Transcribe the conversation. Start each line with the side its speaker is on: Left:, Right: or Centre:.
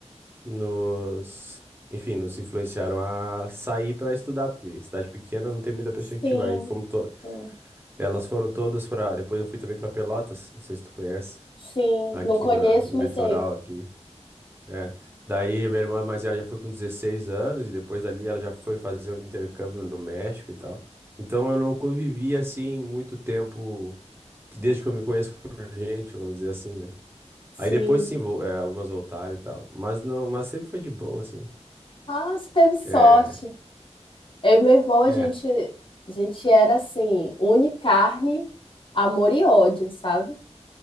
Right: nos, enfim, nos influenciaram a sair para estudar, porque cidade pequena não tem muita perspectiva.
Left: sim,
Right: Aí fomos to-
Left: sim,
Right: elas foram todas para, depois eu fui também para Pelotas, não sei se tu conhece,
Left: sim.
Right: aqui
Left: Não conheço,
Right: na, no
Left: mas
Right: litoral
Left: sei.
Right: aqui. É. Daí minha irmã mais velha já foi com 16 anos e depois dali ela já foi fazer um intercâmbio no México e tal. Então eu não convivi assim muito tempo que desde que eu me conheço por gente, vamos dizer assim, né?
Left: Sim.
Right: Aí depois sim, vou, é, algumas voltaram e tal. Mas não, mas sempre foi de boa, assim.
Left: Ah, você teve sorte.
Right: É,
Left: Eu e meu irmão, a
Right: é,
Left: gente, a gente era assim, une carne, amor e ódio, sabe?